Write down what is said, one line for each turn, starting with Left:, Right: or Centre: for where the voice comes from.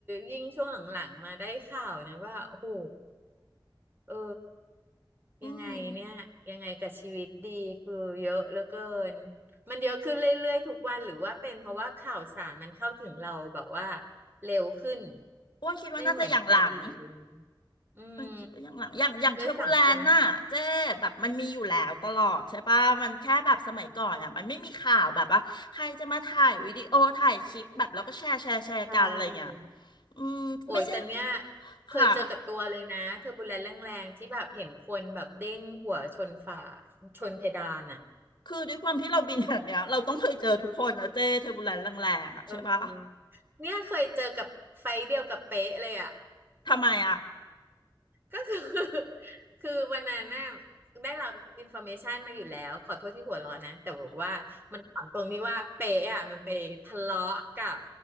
Right: ยิ่งช่วงหลังๆมาได้ข่าวนะว่าโอ้โหเออ
Left: อืม
Right: ยังไงเนี่ยยังไงกับชีวิตดีคือเยอะเหลือเกินมันเยอะขึ้นเรื่อยๆทุกวันหรือว่าเป็นเพราะว่าข่าวสารมันเข้าถึงเราแบบว่าเร็วขึ้น
Left: อ้วนคิดว่าน่าจะอย่างหลัง
Right: ไม่เหมือนอดีตเลยอืม
Left: อ้วนคิดว่าอย่างหลังอย่างอย่างเทอร์บูแลนน่ะเจ๊แบบมันมีอยู่แล้วตลอดใช่ปะมันแค่แบบสมัยก่อนอ่ะมันไม่มีข่าวแบบว่าใครจะมาถ่ายวิดีโอถ่ายคลิปแบบแล้วก็แชร์แชร์แชร์กันอะไรเงี้ย
Right: ด้วยสังคมใช่
Left: อืมไม่ใช่
Right: โอ้ยแต่เนี้ย
Left: ค่ะ
Right: เคยเจอกับตัวเลยนะเทอร์บูเลนต์แรงๆที่แบบเห็นคนแบบเด้งหัวชนฝาชนเพดานอ่ะ
Left: คือด้วยความที่เราบินแบบเนี้ย เราต้องเคยเจอทุกคนนะเจ๊เทอร์บูแลนแรงๆอ่ะใช่ปะ
Right: เออเนี่ยเคยเจอกับไฟท์เดียวกับเป๊ะเลยอ่ะ
Left: ทำไมอ่ะ
Right: ก็คือ <laughs> คือวันนั้นน่ะได้รับอินฟ r m เมชันมาอยู่แล้วขอโทษที่หัวเร้อนนะแต่แบบว่ามันขำตรงที่ว่าเป๊ะอ่ะมันไปทะเลาะกับ